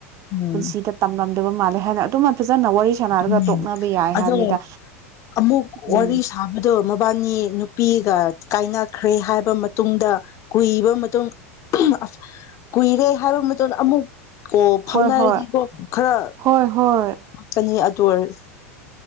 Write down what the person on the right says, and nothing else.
ꯄꯨꯟꯁꯤꯗ ꯇꯝꯂꯝ ꯕ ꯃꯥꯜꯂꯦ ꯍꯥꯏꯅ ꯑꯗꯨꯃ ꯐꯖꯅ ꯋꯥꯔꯤ ꯁꯥꯟꯅꯔꯒ
ꯇꯣꯛꯅꯕ ꯌꯥꯏ
ꯍꯥꯏꯕꯅꯤꯗ
ꯎꯝ
ꯍꯣꯏ ꯍꯣꯏ
ꯍꯣꯏ ꯍꯣꯏ